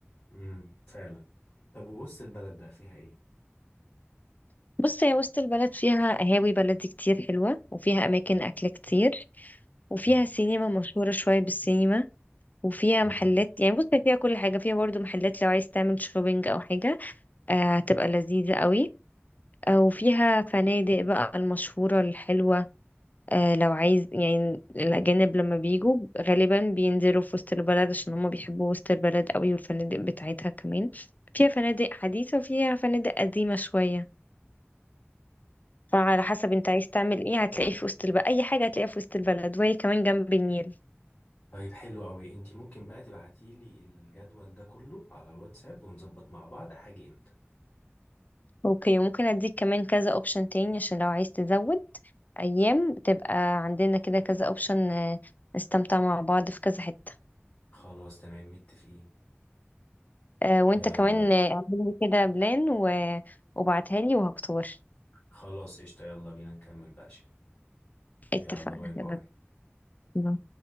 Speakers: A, on the left; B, on the left.
A: امم فعلا طب وبص البلد بقى فيها ايه
B: بص هي وسط البلد فيها قهاوي بلدي كتير حلوة وفيها أماكن
A: مم.
B: أكل كتير وفيها
A: مم.
B: سينما مشهورة شوية بالسينما وفيها
A: مم.
B: محلات يعني بص هي فيها كل حاجة فيها برضو محلات لو عايز تعمل شوبينج أو حاجة آه، هتبقى لذيذة قوي آه، وفيها فنادق بقى المشهورة الحلوة آه، لو عايز يعني الأجانب لما بيجوا غالبا بينزلوا في وسط البلد عشان هما بيحبوا وسط البلد قوي والفنادق بتاعتها كمان فيها فنادق حديثة وفيها فنادق قديمة شوية فعلى حسب انت عايز تعمل ايه هتلاقيه في وسط البلد اي حاجة هتلاقيها في وسط البلد وهي كمان جنب النيل
A: طيب حلو قوي انت ممكن بقى تبعتي لي الجدول ده كله على الواتساب ونظبط مع بعض هاجي امتى
B: اوكي وممكن اديك كمان كذا اوبشن تاني عشان لو عايز تزود ايام تبقى عندنا كده كذا اوبشن نستمتع مع بعض في كذا حتة
A: خلاص تمام متفقين
B: آه، وانت
A: يلا
B: كمان آه، اعمل لي كده بلان و... وبعتها لي وهختار
A: خلاص قشطة يلا بينا نكمل بقى شيء
B: اتفقنا
A: يلا باي باي
B: يلا بينا.